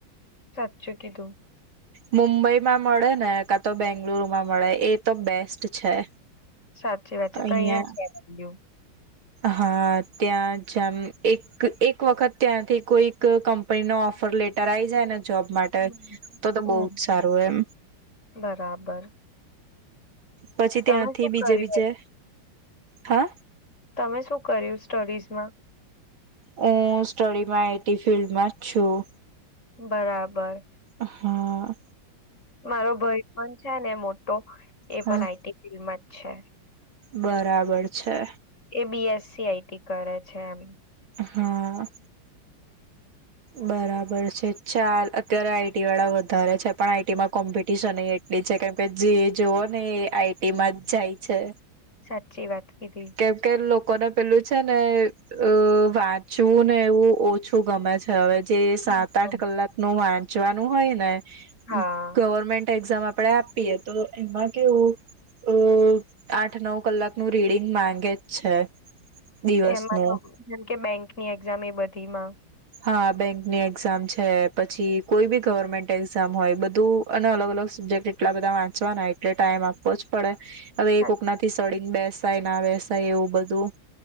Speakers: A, on the left; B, on the right.
A: સાચું કીધુ.
B: મુંબઈમાં મળે ને કા તો બેંગલુરુમાં મળે એ તો બેસ્ટ છે.
A: સાચી વાત છે.
B: અહિયાં
A: તો અહીયાં જ <inaudible>
B: હા ત્યાં જમ એક એક વખત ત્યાંથી કોઈક કંપનીનો ઓફર લેટર આવી જાય ને જોબ માટે
A: હમ.
B: તો તો
A: હમ
B: બવ જ સારું એમ.
A: બરાબર
B: પછી ત્યાંથી
A: તમે શું
B: બીજે
A: કર્યું
B: બીજે હે?
A: તમે શું કર્યું સ્ટડીઝમાં?
B: હું સ્ટડીમાં આઈ ટી ફિલ્ડમાં જ છું.
A: બરાબર.
B: હમ્મ.
A: મારો ભય પણ છે ને મોટો એ
B: હા
A: પણ આઈ ટી ફિલ્ડમાં જ છે.
B: બરાબર છે.
A: એ B S C I T કરે છે એમ.
B: હા. બરાબર છે. ચાલ અત્યારે આઈ ટી વાળા વધારે છે પણ આઈ ટી માં કોમ્પિટિશન એટલી છે કેમ કે જે જોઓને એ આઈ ટી માં જ જાય છે.
A: સાચી વાત કીધી.
B: કેમ કે લોક કોને પેલું છે ને અહ વાંચવું ને એવું ઓછું ગમે છે હવે. જે
A: હમ.
B: સાત આઠ કલાક નો વાન ચવાનું હોય ને
A: હા
B: ગવર્મેન્ટ એક્ઝામ આપડે આપીએ તો એમાં કેવું અહ આઠ નવ કલાકનું રીડિંગ માંગે જ છે દિવસનું
A: એમાં તો જેમ કે બેંકની એક્ઝામ એ બ ધીમાં.
B: હા, બેંકની એક્ઝામ છે પછી કોઈ બી ગવર્મેન્ટ એક્ઝામ હોય બ ધું અને અલગ અલગ સબ્જેક્ટ જેટલા બધા વાંચવાના એટલે ટાઈમ આપવો જ પડે. હવે
A: સા
B: એ કોકના થી સળિંગ બેસ વાય ના વેસાય એવું બધું.